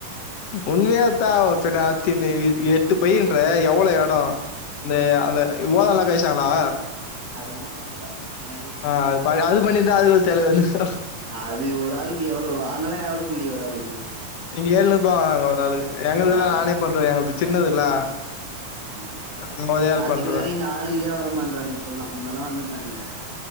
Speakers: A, on the left; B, on the right.
A: உண்மையா தா பின்ன அத்துன்ன எட்டு பையின்ற எவ்ளோ எடம் அந்த அந்த ஓலல்லா கழிச்சாங்களா
B: அதெல்லா பண்ல அதுக்கு முன்னாடியே இருந்துச்சு
A: ஆ அது ப- அது பண்ணிருந்தா அது ஒரு செலவு வந்துரு
B: அது ஒரு ஆளுக்கு எவ்ளோ அங்கல்லா எவ்ளோ கூலி ஒரு ஆளுக்கு
A: இங்க ஏழ்நூபா ஒரு ஆளுக்கு எங்கதுல்லா
B: வா
A: நானே பண்றே எங்கது சின்னதுல்ல
B: <inaudible>
A: நா ஒரே ஆள்
B: அதுக்கு
A: பண்ருவே
B: வேற இங்க ஆளுகிலே வரமாட்றாங்க இப்பல்லா முன்னல்லா வந்திருந்தானுங்க